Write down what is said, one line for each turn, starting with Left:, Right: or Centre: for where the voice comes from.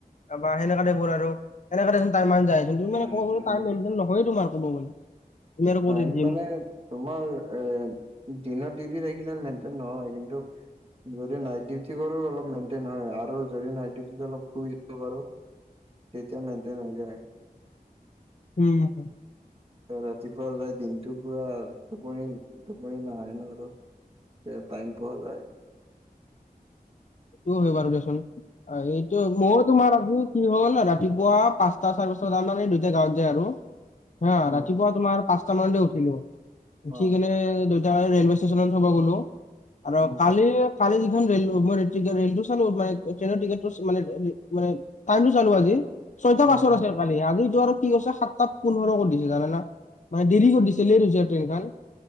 Left: বা সেনেকা দেবোৰ আৰু সনেকাে দেোনাই কিু
Right: উম
Left: ক'বলে
Right: উম
Left: নয় তোমাৰ ক' গ'লে তুমি আৰু ক'ত
Right: টাইম
Left: জিম
Right: মানে তোমাৰ এ দিনত ডিউটি থখিলে মেনটেইন নহয় কিন্তু যদি নাইট ডিউটি কৰো অলপ মেইনটেইন হয় আৰু যদি নাইট ডউটি অলপ শুই য বাৰু তেতিয়া মেনটেইন হৈ যায়
Left: উম
Right: ৰাতিপুৱা যাই দিনটো পুৰা টোপনি টোপনি নাহায় ন আৰু তে টাইম পোৱা যায়
Left: এইটো হয় বাৰু দেিয়চোন এইটো মইো তোমাৰ আজি কি হ'ল ৰাতিপুৱা পাঁচটা চাৰি বছত আাৰ দুইটটা গাঁৱত যায় আৰু হা
Right: উম
Left: ৰাতিপুৱা তোমাৰ পাঁচটা মানতে উঠিলো উঠি
Right: অ
Left: কেনে তি ৰেলৱে ষ্টেচনত থ'ব গ'লো আৰু
Right: উম
Left: কালি কালি যিখন ৰেল মই ৰেল টো চালো মানে ট্ৰেইনৰ টিকেটটো মানে ম টাইম টো চালো আজি ছয়টা
Right: উম
Left: পাছৰ আছে কালি আজি যোৱাৰ কি কৰিছে সাতটা পোন্ধৰ কৰি দিছে জানোনা মানে দেৰি কৰি দিছে লেট হৈছে ট্ৰেইনখন